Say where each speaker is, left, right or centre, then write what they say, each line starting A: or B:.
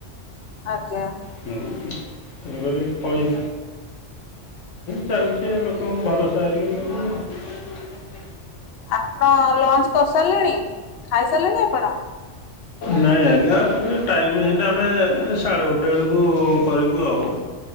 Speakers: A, on the left; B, on the left.
A: ଆଜ୍ଞା
B: ତୁମେ ଭାରି କହି ଚାଲିଛି ଏଲୋକଙ୍କୁ ଭରସା ହେଇକି <inaudible>
A: ଆପଣ ଲଞ୍ଚ କରିସାରିଲେଣି, ଖାଇ ସାରିଲେଣି ଆପଣ?
B: ନାଇଁ ଆଜ୍ଞା ଏବେ ଟାଇମ ହେଇନି ଆମେ ସାଢ଼େ ଗୋଟେ ଏଳୁକୁ କରିବୁ ଆଉ।